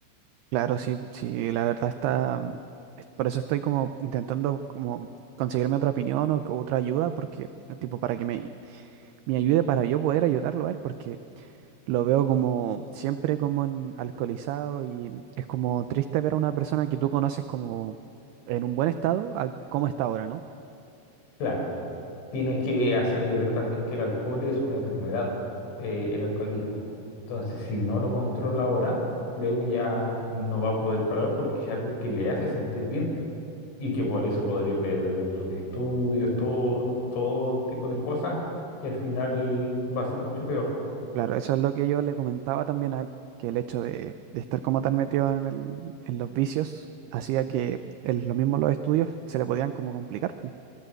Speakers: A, on the right (about 85°); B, on the left (about 90°).
A: Claro, sí, sí, la verdad está, es- por eso estoy como intentando como conseguirme otra opinión o otra ayuda, porque, eh, tipo, para que me, me ayude para yo poder ayudarlo a él, porque... Lo veo como siempre como en alcoholizado y es como triste ver a una persona que tú conoces como en un buen estado a cómo está ahora, ¿no?
B: Claro, tienes que hacerle ver también que el alcohol es una enfermedad, eh, el alcoholismo. Entonces, si no lo controla ahora, luego ya no va a poder parar porque es algo que le hace sentir bien. y que por eso podría perder sus estudios, todo, todo tipo de cosas, y al final va a ser mucho peor.
A: Claro, eso es lo que yo le comentaba también a él, que el hecho de, de estar como tan metido en el- en los vicios hacía que el- lo mismo los estudios se le podían como complicar.